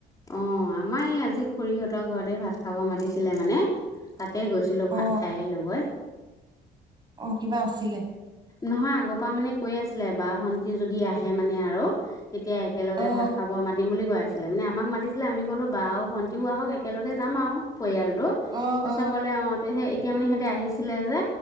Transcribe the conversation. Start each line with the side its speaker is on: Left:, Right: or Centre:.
Left: অ', আমাৰ এই আজি খুৰীহঁতৰ ঘৰতে ভাত খাব মাতি ছিলে মানে তাতে গৈছিলো,
Right: অ অ
Left: ভাত খাই আহিলোঁগৈ।
Right: অ', কিবা আছিলে?
Left: নহয় আগৰ পৰা মানে কৈ আছিলে বা, ভন্টি যদি আহে মানে আৰু তেতিয়া একেলগে
Right: অ
Left: ভাত খাব মাতিম বুলি কৈ আছ ছিলে মানে আমাক মাতিছিলে। আমি কলো বাওঁ ভণ্টিও আহক। একেলগে যাম আৰু। পৰিয়ালটো
Right: অ
Left: পিছত
Right: অ
Left: ক'লে অ, তেহে এতিয়া মানে সিহতে আহিছ ছিলে যে।